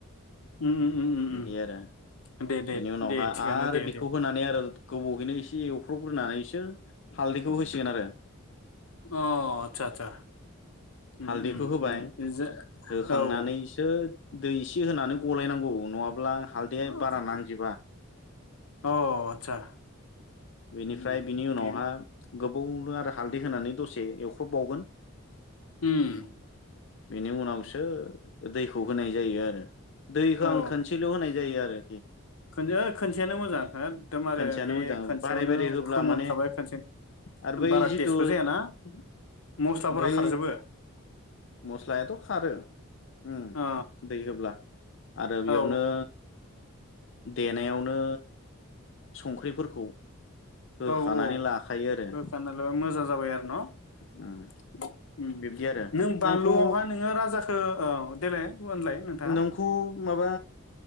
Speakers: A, on the left (about 80°); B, on the left (about 55°).
A: उम उम
B: बिदि
A: उम
B: आरो
A: दे दे
B: बेनि उनावहा
A: दे थिगानो
B: आरो
A: दे
B: बेखौ
A: दे
B: होनानै आरो गोबावहैनो एसे एवफ्र्रबग्रोनानैसो हालदैखौ होसिगोन आरो
A: अ आचसा आचसा उम
B: हालदैखौ
A: उम
B: होबाय
A: ज
B: होखांनानैसो
A: औ
B: दै एसे होनानै गलायनांगौ नङाब्ला हालदैया
A: औ
B: बारा नांजोबा
A: अ आतसा
B: बिनिफ्राय
A: उम उम
B: बिनि उनावहा
A: बे
B: गोबावनो आरो हा दै होनानै दसे एवख्रबबावगोन
A: उम
B: बेनि उनावसो दैखौ होनाय जायो आरो दैखौ
A: औ
B: आं खनसेल' होनाय जायो आरोखि
A: खो ओइ खनसेयानो मोजां एखदम आरो
B: खनसेयानो
A: बे
B: मोजां
A: खनसेयावनो
B: बारे बारे होब्ला
A: फोमोनखाबाय
B: माने
A: खनसे
B: आरो बै
A: बारा
B: जिथु
A: टेस्टबो जायाना मस्लाफोरा
B: बै
A: खारजोबो
B: मस्लायाथ' खारो ओम
A: अ
B: दै होब्ला आरो बेयावनो
A: औ
B: देनायावनो संख्रिफोरखौ होखानानै
A: औ औ
B: लाखायो आरो
A: होखारनालाबा मोजां जाबाय आरो न ओम
B: उम बिब्दि आरो
A: नों बानलुआवहाय
B: नोंखौ
A: नोङो राजाखौ औ देलाय होनलाय नोंथाङा
B: नोंखौ माबा